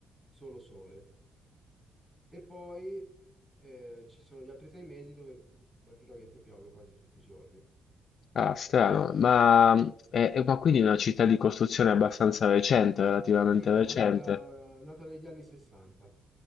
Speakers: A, in the centre; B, on the left (about 60°).
A: solo sole. E poi eh, ci sono gli altri sei mesi dove praticamente piove quasi tutti i giorni.
B: Ah, strano. Ma, è, è- ma quindi è una città di costruzione abbastanza recente, relativamente
A: Sì, è
B: recente.
A: nata, nata negli anni 60.